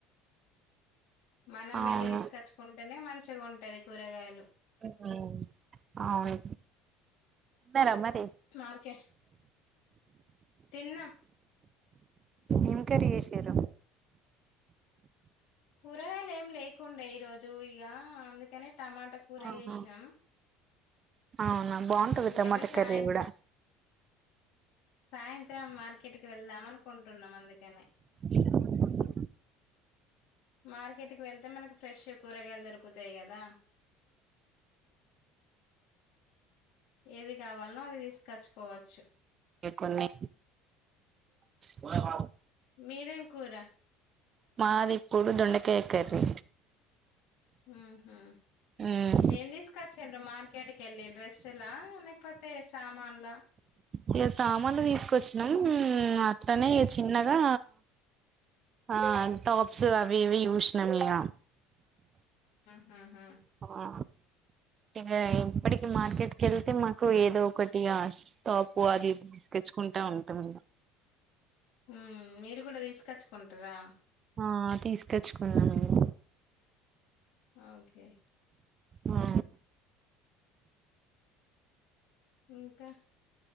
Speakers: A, on the left (about 65°); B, on the right (about 40°).
A: మనం
B: అవును
A: వెళ్లి తీసుకచ్చుకుంటేనే మంచిగా ఉంటది కూరగాయలు
B: ఉమ్ అవును మరి తిన్నారా మరి
A: మేము ఆరుకే తిన్నామ్
B: ఏం కర్రీ చేశారు
A: కూరగాయలు ఏం లేకుండే ఈరోజు ఇగ అందుకనే టమాటా కూర
B: ఆహా
A: చేసినామ్
B: అవునా బాగుంటది
A: అందుకనే
B: టమాటా
A: సాయం
B: కర్రీ కూడా
A: సాయంత్రం మార్కెట్ కి వెళ్దాం అనుకుంటున్నాం అందుకనే
B: <inaudible>
A: మార్కెట్ కి వెళ్తే మనకు ఫ్రెష్ కూరగాయలు దొరుకుతాయి కదా
B: అ <inaudible>
A: ఏది కావాలి నో అది తీసుకచ్చుకోవచ్చు
B: ఈ కొన్ని కూరగాయలు
A: మీదేం కూరా
B: మాదిప్పుడు దొండకాయ కర్రీ
A: హ్మ్ హు
B: ఉమ్
A: ఏం తీసుకచ్చిండ్రు మార్కెట్ కి వెళ్ళి డ్రెస్సులా లేక కొత్తయి సామాన్లు
B: ఇగ సామాన్లు తీసుకొచ్చినాం అట్లనే చిన్నగా ఆ టాప్స్ అవి ఇవి చూసినం ఇగ
A: హ్మ్ హు
B: ఆ ఇక ఇప్పటికి మార్కెట్కి వెళ్తే మాకు ఏదో ఒకటి టాపు అది తెచ్చుకుంటా ఉంటాము
A: ఉమ్ మీరు కూడా తీసుకచ్చుకుంటారా
B: ఆ తీసుకచ్చుకున్నామ్ మేము
A: ఆ ఓకే
B: ఆ ఆ
A: ఇంకా